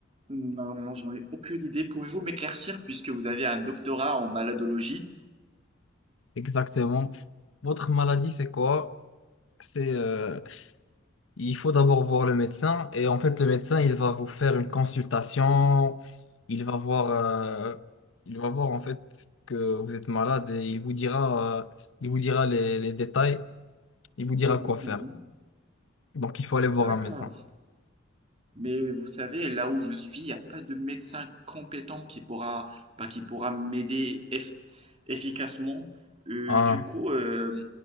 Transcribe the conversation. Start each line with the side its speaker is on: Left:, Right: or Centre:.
Right: Non, non, non, j'en ai aucune idée. Pouvez-vous m'éclaircir puisque vous avez un doctorat en maladologie?
Left: Exactement. Votre maladie, c'est quoi? C'est, euh, il faut d'abord voir le médecin. Et en fait, le médecin, il va vous faire une consultation. Il va voir, euh, il va voir en fait que vous êtes malade et il vous dira, euh, il vous dira les, les détails. Il vous dira
Right: Mhm,
Left: quoi faire.
Right: mhm.
Left: Donc, il faut aller voir
Right: D'accord.
Left: un médecin.
Right: Mais vous savez, là où je suis, il n'y a pas de médecin compétent qui pourra, bah, qui pourra m'aider eff- efficacement. Euh,
Left: Ah.
Right: du coup, euh,